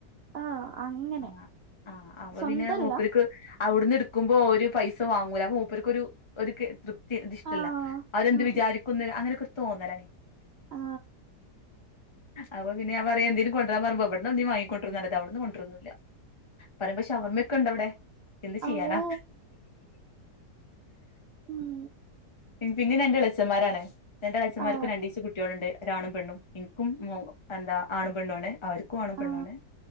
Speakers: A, on the right; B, on the left.
A: ആഹ് അങ്ങനെ
B: ആഹ് ആഹ് അപ്പ
A: സ്വന്തല്ല
B: പിന്നെ മുപ്പര്ക്ക് അവിടുന്ന് ട്ക്കുമ്പോ ഓര് പൈസ വാങ്ങൂല അപ്പ മൂപ്പർക്കൊരു ഒരുക്ക് തൃപ്തി ഇത് ഇഷ്ടല്ല
A: ആ
B: അവരെന്ത്
A: ആ
B: വിചാരിക്കുന്ന് അങ്ങനെ കൊര് തോന്നലാണേ
A: ആ
B: അപ്പൊ പിന്നെ ഞാ പറയാ എന്തേലും കൊ ണ്ട രാ പറിമ്പം ഇവട് ന്ന് ഒട്ന്നേ വാങ്ങിക്കൊണ്ടരുന്നല്ലാതെ അവിടുന്ന് കൊണ്ട രൊന്നുല്ല പറി പ്പം ഷവർമ്മക്കെ ഇണ്ട് അവിടെ എന്ത്
A: ആ
B: ചെയ്യാനാ
A: ഓ ഉം
B: പിൻ പിന്നെ രണ്ട്ളച്ചന്മാരാണ് രണ്ട എളച്ചമാർക്കും
A: ആ
B: രണ്ടീച്ച കുട്ടിയോള്ണ്ട് ഒരാണും പെണ്ണും ഇൻക്കും മു എന്താ ആണും പെണ്ണു ആണ് അവര്ക്കും ആണും പെണ്ണും
A: ആ
B: ആണ്